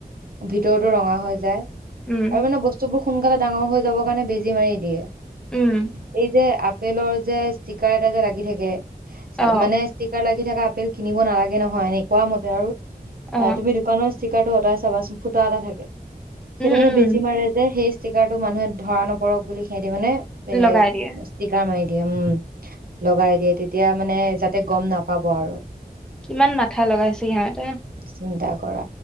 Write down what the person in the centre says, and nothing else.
উম
উম
অ
অ
উম
উম
লগাই দিয়ে।
কিমান মাথা লগাইছে সিহঁতে